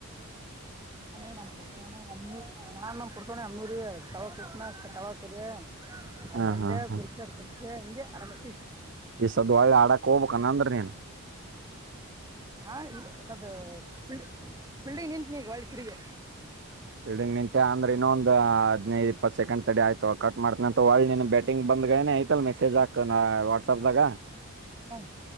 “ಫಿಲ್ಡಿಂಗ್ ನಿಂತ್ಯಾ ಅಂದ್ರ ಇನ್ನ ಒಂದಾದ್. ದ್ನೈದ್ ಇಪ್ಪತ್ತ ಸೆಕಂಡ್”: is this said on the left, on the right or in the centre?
Right